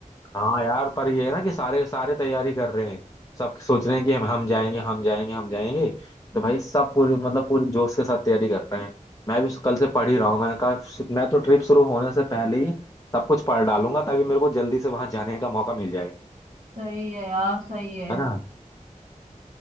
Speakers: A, on the left; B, on the right.
A: हाँ यार पर ये है ना कि सारे सारे तैयारी कर रहे हैं सब सोच रहे हैं कि हम हम जाएंगे हम जाएंगे हम जाएंगे तो
B: हम्म,
A: भाई सब पूरी मतलब पूरी जोश के साथ तैयारी कर रहे हैं मैं भी कल से पढ़ ही रहा हूँ मैंने कहा मैं तो ट्रिप शुरू होने से पहले ही सब कुछ पढ़ डालूंगा ताकि मेरे को जल्दी से वहां जाने का मौका मिल जाए
B: सही है यार सही है
A: है ना